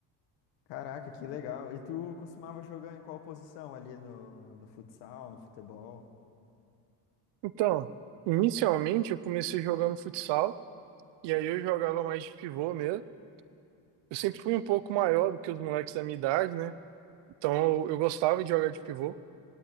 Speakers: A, on the left; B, on the right.
A: Caraca, que legal. E tu costumava jogar em qual posição ali no, no futsal, no futebol?
B: Então, inicialmente eu comecei jogando futsal e aí eu jogava mais de pivô mesmo. Eu sempre fui um pouco maior do que os moleques da minha idade, né? Então eu eu gostava de jogar de pivô.